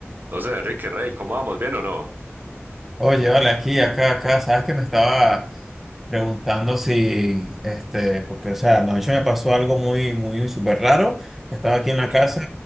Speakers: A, on the right; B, in the centre.
A: Entonces, Enrique Rey, ¿cómo vamos? ¿Bien o no?
B: Oye, vale, aquí, acá, acá, sabes que me estaba preguntando si, este, porque, o sea, anoche me pasó algo muy, muy, súper raro. Estaba aquí en
A: Uy,
B: la casa,